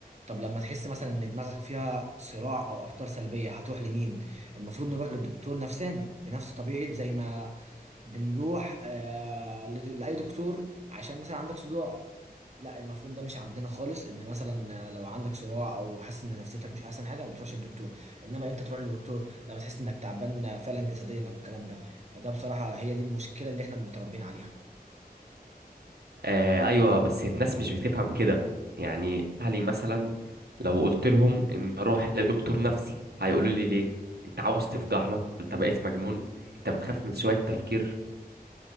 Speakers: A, on the right; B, on the right.
A: طب لما تحس مثلا ان دماغك فيها صراع او افكار سلبيه هتروح لمين المفروض نروح للدكتور نفساني بنفس طبيعه زي ما بنروح آه لد- لاي دكتور عشان مثلا عندك صداع لا المفهوم ده مش عندنا خالص ان مثلا لو عندك صراع او حاسس ان نفسيتك مش احسن حاجه ما بتروحش للدكتور انما امتى تروح للدكتور لما تحس انك تعبان فعلا جسديا او الكلام ده فده بصراحه هي دي المشكله اللي احنا متربيين عليها
B: آه أيوة بس الناس مش بتفهم كده يعني أهلي مثلا لو قلت لهم إن أروح لدكتور نفسي هيقولوا لي ليه أنت عاوز تفضحنا أنت بقيت مجنون أنت بتخاف من شوية تفكير